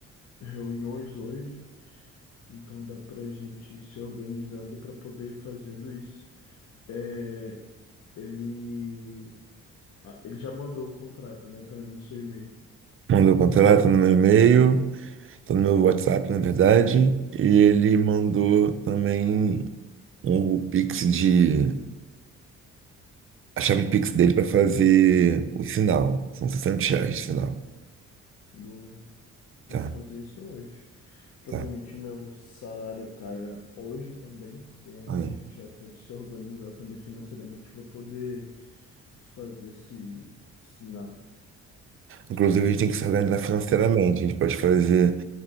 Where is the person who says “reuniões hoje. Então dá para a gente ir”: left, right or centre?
Left